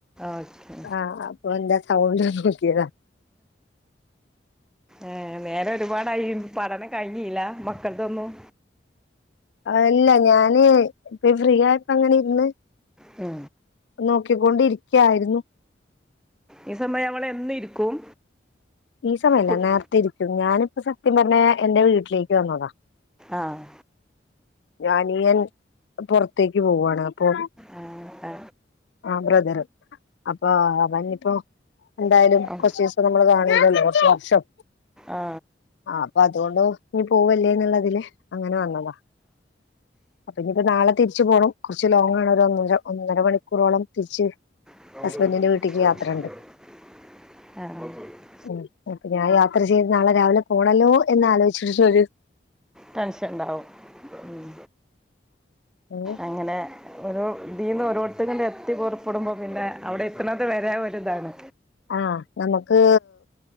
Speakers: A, in the centre; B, on the left.
A: ഓക്കെ
B: ആഹ് അപ്പൊ എന്താ സൗണ്ട് പോയ് നോക്കിതാ.
A: ഏഹ് നേരം ഒരുപാടായി. പഠനം കഴിഞ്ഞില്ല മക്കൾക്കൊന്നും.
B: അല്ല ഞാന്, ഇപ്പ ഫ്രീയായിപ്പങ്ങനെ ഇരുന്ന്.
A: മ്
B: നോക്കിക്കൊണ്ടിരിക്കയായിരുന്നു.
A: ഈ സമയം നമ്മൾ എന്നും ഇരിക്കും?
B: ഈ സമയമല്ല
A: കു-
B: നേരത്തെ ഇരിക്കും. ഞാനിപ്പോ സത്യം പറഞ്ഞാ എന്റെ വീട്ടിലേക്ക് വന്നതാ.
A: ആഹ്
B: ഞാനീയൻ പൊറത്തേക്ക് പോവാണ്. അപ്പൊ
A: ആ ആ,
B: ആ ബ്രദറ് അപ്പ അവനിപ്പോ എന്തായാലും
A: ആ,
B: കൊറെച്ചീസം നമ്മള് കാ ണല്ലെ കൊറച്ച് വർഷം,
A: ആ ആ
B: ആ അപ്പതോണ്ട് ഇനി പോവല്ലേ എന്നുള്ള ഇതില് അങ്ങനെ വന്നതാ, അപ്പ ഇനിയിപ്പം നാളെ തിരിച്ചു പോണം കൊറച്ച് ലോങ്ങാണ് ഒരു ഒന്നര മണിക്കൂറോളം തിരിച്ച്
A: <unintelligible>
B: ഹസ്ബൻഡിന്റെ വീട്ടിക്ക് യാത്രയുണ്ട്
A: ആഹ്
B: ഹ്മ്മ് അപ്പ ഞാന് യാത്ര ചെയ്ത് നാളെ രാവിലെ പോണല്ലോ എന്ന് ആലോചിച്ചിട്ട് ഒര്
A: ടെൻഷൻ ഇണ്ടാവും ഹ്മ്മ്
B: എങ്ങനെ
A: എങ്ങനെ ഓരോ ഇതീന്ന് ഓരോരുത്തര് അങ്ങ് എത്തി പൊറപ്പെടുമ്പോ പിന്നെ അവടെ എത്ത്ണത് വരെ ഒര് ഇതാണ്
B: ആഹ് നമുക്ക്